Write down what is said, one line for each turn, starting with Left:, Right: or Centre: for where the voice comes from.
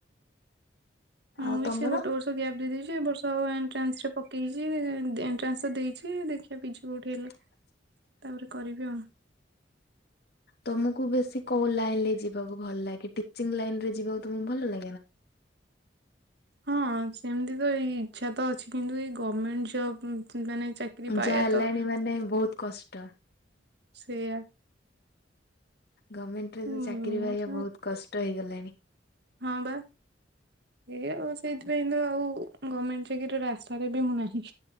Right: ମୁଁ
Left: ଆଉ
Right: ବି
Left: ତମର?
Right: ସେ ଗୋଟେ ବର୍ଷ ଗ୍ୟାପ୍ ଦେଇ ଦେଇଛି ଏ ବର୍ଷ ଆଉ ଏଣ୍ଟ୍ରାନ୍ସରେ ପକେଇଛି ଏଣ୍ଟ୍ରାନ୍ସ ତ ଦେଇଛି ଦେଖିବା ପିଜି କୋଉଠି ହେଲେ
Left: ଆଚ୍ଛା।
Right: ତାପରେ କରିବି ଆଉ।
Left: ତମକୁ ବେଶୀ କୋଉ ଲାଇନରେ ଯିବାକୁ ଭଲ ଲାଗେ ଟିଚିଂ ଲାଇନରେ ଯିବାକୁ ତମକୁ ଭଲ ଲାଗେନା?
Right: ହଁ ସେମିତି ତ ଏଇ ଇଚ୍ଛା ତ ଅଛି କିନ୍ତୁ ଏଇ ଗମେଣ୍ଟ ଜବ୍ <unintelligible> ମାନେ ଚାକିରି ପାଇବା
Left: ଯାହା ହେଲାଣି
Right: ତ,
Left: ମାନେ ବହୁତ କଷ୍ଟ।
Right: ସେଇଆ।
Left: ଗମେଣ୍ଟରେ
Right: ମୁଁ
Left: ତ ଚାକିରି
Right: ମୁଁ
Left: ପାଇବା
Right: ତ
Left: ବହୁତ କଷ୍ଟ ହେଇଗଲାଣି।
Right: ହଁ ବା। ଏ ଆଉ ସେଇଥିପାଇଁ ତ ଆଉ ଗମେଣ୍ଟ ଚାକିରିର ଆଶାରେ ବି ମୁଁ ନାହିଁ।